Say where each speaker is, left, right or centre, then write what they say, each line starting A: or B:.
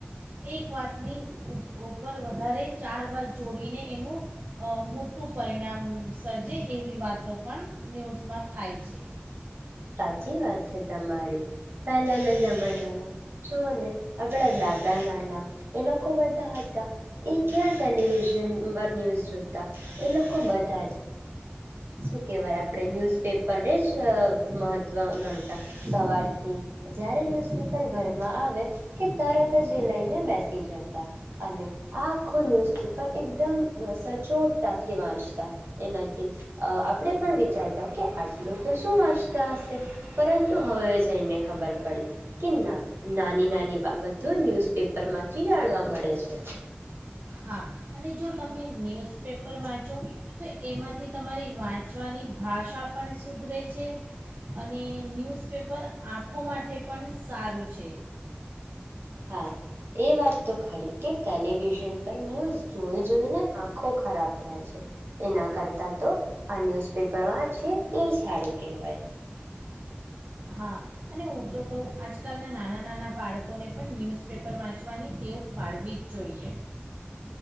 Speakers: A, on the right; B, on the right.
A: એક વાતની ઉપર વધારે ચાર બાજુ જોડીને એનું <unintelligible> મોટું પરિણામ સર્જે એવી વાતો પણ ન્યૂઝમાં થાય છે.
B: સાચી વાત છે તમારી પહેલાના જમાનામાં જુઓ ને આપણા દાદા ના ના એ લોકો બધા એ ક્યાં ટેલિવિઝન <unintelligible> ન્યૂઝ જોતા એ લોકો બધા જ શું કહેવાય આપણે <unintelligible> ન્યૂઝપેપરને જ મહત્વ ગણતા સવારથી જ્યારે ન્યૂઝપેપર ઘરમાં આવે કે તરત જ લઈને બેસી જતા અને આખું ન્યૂઝપેપર એકદમ સચોટતાથી વાંચતા એનાથી આપણે પણ વિચારતા કે આટલું તો શું વાંચતા <unintelligible> હશે પરંતુ હવે જઈને ખબર પડી કે ના નાની નાની બાબતો ન્યૂઝપેપર માંથી જાણવા મળે છે.
A: હા અને જો તમે ન્યૂઝપેપર વાંચો તો એમાંથી તમારી વાંચવાની ભાષા પણ સુધરે છે. અને ન્યૂઝપેપર આંખો માટે પણ સારું છે.
B: હ <unintelligible> એ વાત તો ખરી કે ટેલિવિઝન પર ન્યૂઝ જોઈ જોઈને આંખો ખરાબ થાય છે, એના કરતાં તો આ ન્યૂઝપેપર વાંચીએ એવી સારું કહેવાય.
A: હા અને હું તો કહું આજકાલના નાના નાના બાળકોને પણ ન્યૂઝપેપર વાંચવાની ટેવ પાડવી જ જોઈએ.